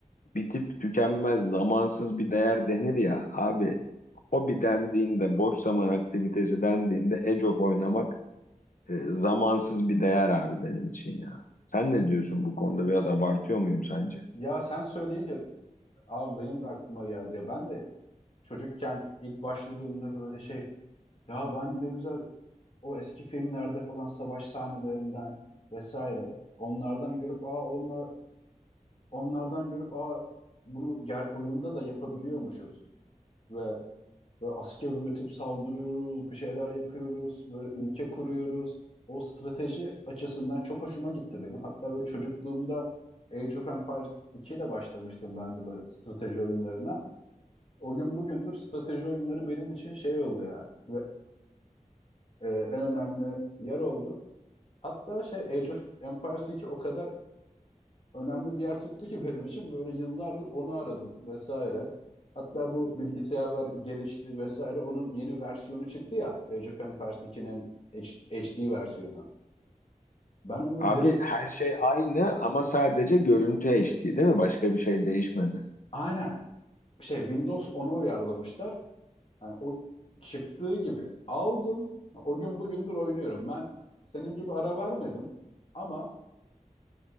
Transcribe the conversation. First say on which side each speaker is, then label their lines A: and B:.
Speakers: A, on the left; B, on the left.
A: bitip tükenmez zamansız bir değer denir ya abi. Hobi dendiğinde, boş zaman aktivitesi dendiğinde Age of oynamak e, zamansız bir değer abi benim için ya. Sen ne diyorsun bu konuda? Biraz abartıyor muyum sence?
B: Ya sen söyleyince abi benim de aklıma geldi ya. Ben de çocukken ilk başladığımda böyle şey ya ben ne güzel o eski filmlerde falan savaş sahnelerinden vesaire onlardan görüp aa onlar onlardan görüp aa bunu ger oyunda da yapabiliyormuşuz ve Böyle asker üretip saldırıyoruz, bir şeyler yapıyoruz, böyle ülke kuruyoruz. O strateji açısından çok hoşuma gitti benim. Hatta böyle çocukluğumda Age of Empires 2 ile başlamıştım ben de böyle strateji oyunlarına. O gün bugündür strateji oyunları benim için şey oldu yani. Ve e, en önemli yer oldu. Hatta şey Age of Empires 2 o kadar önemli bir yer tuttu ki benim için böyle yıllardır onu aradım vesaire. Hatta bu bilgisayarlar gelişti vesaire onun yeni versiyonu çıktı ya Age of Empires 2'nin H- HD versiyonu. Ben onu
A: Abi
B: direkt
A: her şey aynı ama sadece görüntü HD değil mi? Başka bir şey değişmedi.
B: aynen şey Windows 10'a uyarlamışlar. Yani o çıktığı gibi aldım. O gün bugündür oynuyorum. Ben senin gibi ara vermedim ama